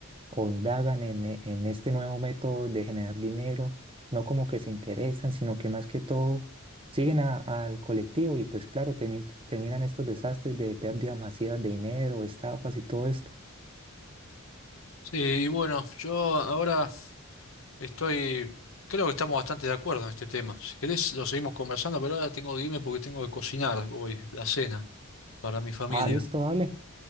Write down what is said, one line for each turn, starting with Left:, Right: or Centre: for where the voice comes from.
Right: o indagan en, e- en este nuevo método de generar dinero, no como que se interesan, sino que más que todo siguen a- al colectivo y pues claro, termi- terminan estos desastres de pérdidas masivas de dinero, estafas y todo esto.
Left: Sí, y bueno, yo ahora estoy, creo que estamos bastante de acuerdo en este tema. Si querés, lo seguimos conversando, pero ahora tengo que irme porque tengo que cocinar hoy la cena para mi familia.
Right: Ah, listo, vale.